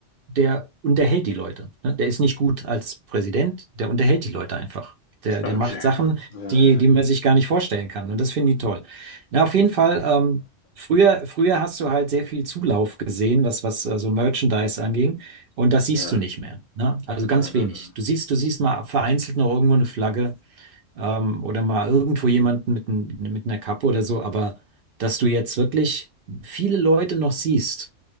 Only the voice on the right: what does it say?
der unterhält die Leute. Ne? Der ist nicht gut als Präsident, der unterhält die Leute einfach. Der,
der macht Sachen,
die, die man sich gar nicht vorstellen kann. Und das finden die toll. Na, auf jeden Fall, ähm, früher, früher hast du halt sehr viel Zulauf gesehen, was, was äh, so Merchandise anging. Und das siehst
du nicht
mehr. Ne? Also ganz
wenig.
Du siehst, du siehst mal vereinzelt noch irgendwo eine Flagge ähm, oder mal irgendwo jemanden mit, n- mit einer Kappe oder so, aber dass du jetzt wirklich viele Leute noch siehst,